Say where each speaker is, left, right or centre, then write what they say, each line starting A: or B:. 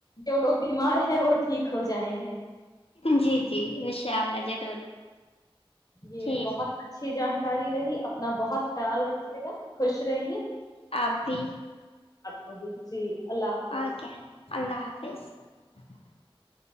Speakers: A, on the left; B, on the left.
A: جو لوگ بیمار ہیں وہ ٹھیک ہو جائیں گے
B: جی جی انشاء اللہ ضرور
A: یہ
B: ٹھیک
A: بہت اچھی جان اری رہی اپنا بہت خیال رکھیے گا خوش رہی ہے
B: ابھی
A: اگی جی اللہ حافظ
B: اوکے اللہ حافظ فی <unintelligible>